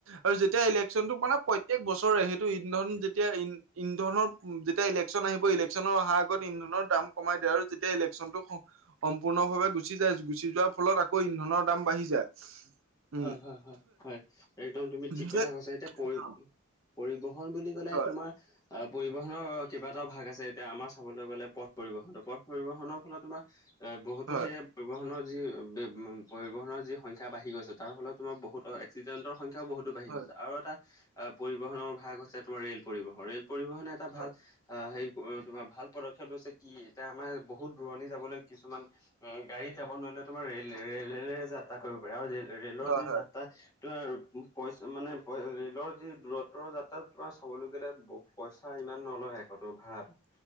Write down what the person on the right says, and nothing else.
আৰু যেতিয়া ইলেকশ্যনটো মানে প্ৰত্যেক বছৰে সেইটো ইন্ধন যেতিয়া ইন ইন্ধনৰ যেতিয়া ইলেকশ্যন আহিব ইলেকশ্যনৰ অহাৰ আগত ইন্ধনৰ দাম কমাই দিয়া হয় যেতিয়া ইলেকশ্যনটো স সম্পূৰ্ণভাৱে গুচি যায় গুচি যোৱাৰ ফলত আকৌ ইন্ধনৰ দাম বাঢ়ি যায়। উম
সেই
হয়,
হয়,
হয়,
হয়,
হয়,
হয়,
হয়,